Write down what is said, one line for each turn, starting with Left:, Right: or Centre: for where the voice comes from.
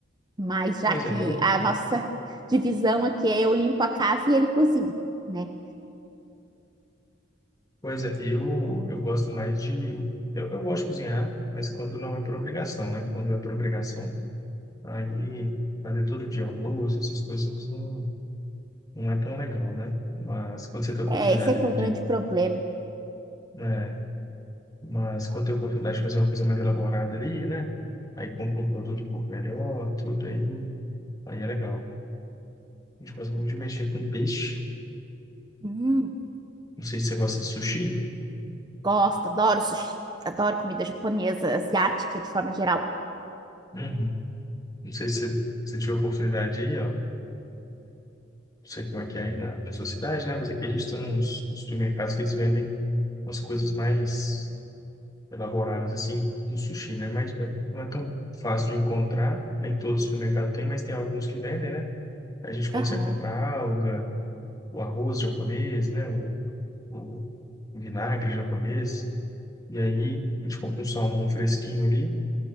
Right: Mas já
Left: Pois
Right: que
Left: é, eu,
Right: a nossa divisão aqui é eu limpo a casa e ele cozinha, né?
Left: pois é, eu, eu gosto mais de. Eu, eu gosto de cozinhar, mas quando não é por obrigação, né? Quando é por obrigação, Aí, fazer todo dia almoço, essas coisas não, não é tão legal, né? Mas quando você tem a oportunidade
Right: É, esse é que
Left: de,
Right: é o grande
Left: de,
Right: problema.
Left: né? Mas quando tem a oportunidade de fazer uma coisa mais elaborada ali, né? Aí compra um produto um pouco melhor, tudo aí, aí é legal. A gente gosta muito de mexer com peixe.
Right: Hum,
Left: Não sei se você gosta de sushi.
Right: gosto, adoro sushi, adoro comida japonesa, asiática de forma geral.
Left: Uhum. Não sei se você se tiver oportunidade aí, ó. Não sei como é que é aí na, na sua cidade, né? Mas aqui a gente tem uns, uns supermercados que eles vendem umas coisas mais elaboradas assim do sushi, né? Mas é- não é tão fácil de encontrar, nem todo supermercado tem, mas tem alguns que vendem, né? A gente consegue
Right: Aham,
Left: comprar alga, o arroz japonês, né? O, o vinagre japonês. E aí a gente compra um salmão fresquinho ali